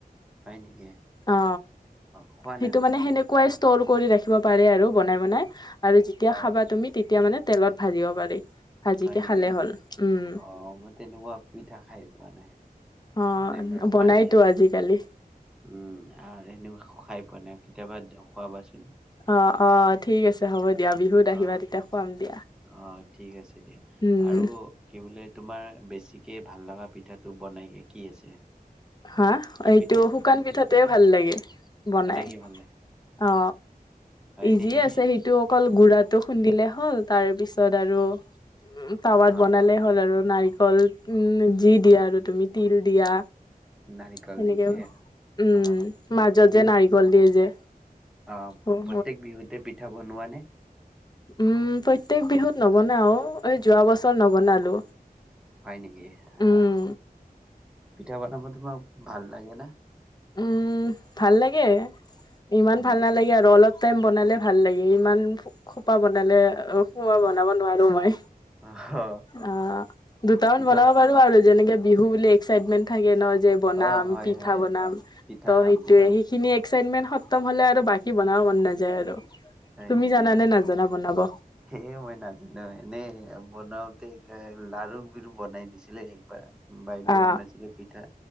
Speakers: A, in the centre; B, on the left.
A: হয় নেকি?
B: অ
A: খোৱা
B: সেইটো
A: নাই মই
B: মানে
A: তেনেক
B: সেনেকুৱাই ষ্ট ৰু কৰি ৰাখিব পাৰে আৰু বনাই বনাই। আৰু যেতিয়া
A: অ
B: খাবা তুমিয়া তেতিয়া তেতিয়া মানে তেলত ভাজিব পাৰি। ভাজিকে
A: হয় নেকি?
B: খালে হ'ল উম
A: অ মই তেনেকুৱা পিঠা খাই পোৱা নাই
B: অ
A: মানে মই খোৱা
B: বনাইতো
A: নাই সেনেকুৱা
B: আজিকালি
A: উম আৰু সেনেকুৱা খাই পোৱা নাই কেতিয়াবা খুৱাবাচোন।
B: অ অ ঠিক আছে হ'ব দিয়া বিহুত আহিবা
A: আহ
B: তেতিয়া খুৱাম দিয়া।
A: অ ঠিক আছে দিয়া
B: উম,
A: আৰু কি বোলে তোমাৰ বেছিকে ভাল লগা পিঠাটো বনাই কি আছে?
B: হা
A: কি
B: এইটো
A: পিঠা
B: শুকান পিঠাটোৱে ভাল লাগে বনাই
A: কি ভাল লাগে?
B: অ।
A: হয়
B: ইজিয়ে
A: নেকি?
B: আছে সেইটো অকল গুড়াটো খুন্দিলে হ'ল তাৰ পিছত আৰু উ টাবাত
A: অ',
B: বনালে হ'ল আৰু। নাৰিকল উম যি দিয়া আৰু তুমি তিল দিয়া
A: নাৰিকল
B: সেনেকে
A: দি খে
B: উম
A: অ',
B: মাজত
A: বিহু
B: যে নাৰিকল দিয়ে যে।
A: অ
B: উম,
A: প্ৰত্যেক বিহুতে পিঠা বনোৱা নে?
B: উম, প্ৰত্যেক বিহুত নবনাও এই যোৱা বছৰ নবনালো।
A: হয় নেকি
B: উম,
A: আহ? পিঠা বনাব তোমাক ভাল লাগেনে?
B: উম ভাল লাগে। ইমান
A: হয়
B: ভাল
A: নেকি?
B: নালাগে আৰু অলপ টাইম বনালে ভাল লাগে ইমান খোপা বনালে মই বনাব নোৱাৰো মই।
A: অ',
B: অ দুটামান
A: পিঠা
B: বনাব পাৰো আৰু যেনেকে বিহু বুলি এক্সাইটমেণ্ট থাকে ন। যে বনাম
A: অ', হয়,
B: পিঠা
A: হয়,
B: বনাম
A: অ', পিঠা
B: ত
A: খাম,
B: সেইটোয়ে
A: পিঠা বন
B: সেইখিনিয়ে এক্সাইটমেণ্ট সত্তম হ'লে আৰু বাকী বনাব মন নাযায় আৰু।
A: হয়
B: তুমি
A: নেকি?
B: জানানে নাজানা বনাব
A: এই মই নাজানো এনেই বনাওঁতে লাৰু বনাই দিছে- ছিলে একবাৰ বাইদেউও
B: অ
A: বনাইছিলে পিঠা